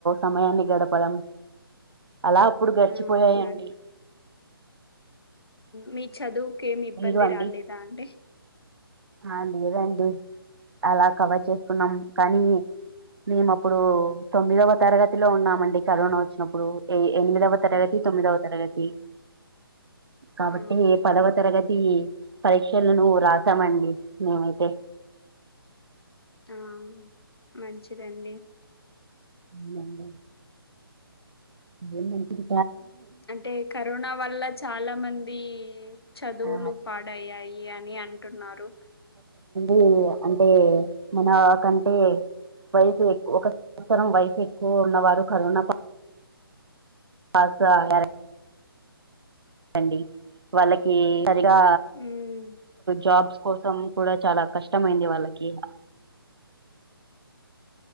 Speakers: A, on the right; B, on the left.
A: సమయాన్ని గడపడం అలా అప్పుడు గర్చు
B: ఆ
A: పోయాయండి
B: అవునండి మీ చదువు ఏమి ఇబ్బంది
A: మీరు అండి
B: రాలేదా అంటే
A: ఆ లేదండి అలా కవర్ చేసుకున్నాం కానీ మేము అప్పుడు తొమ్మిదవ తరగతిలో ఉన్నామండి కరోనా వచ్చినప్పుడు ఏ ఎనిమిదవ తరగతి తొమ్మిదవ తరగతి కాబట్టి
B: ఆ
A: పదవ ది పరీక్షలను రాసామండి మేమైతే
B: ఆ మంచిదండి
A: అవునండి ఇదే మంచిదీ
B: అంటే కరోనా వల్ల చాలా మంది ది చదువులు
A: ఆ
B: పాడయ్యాయి అని అంటున్నారు
A: ఊ అంటే మన కంటే వైస్ ఎక్కువ ఒక సంవత్సరం వైస్ ఎక్కువ ఉన్నవారు కరోనా దంతో అల్లాడి డి వాళ్ళకి సరిగా
B: ఉమ్
A: జాబ్స్ కోసం కూడా చాలా కష్టమైంది వాళ్ళకి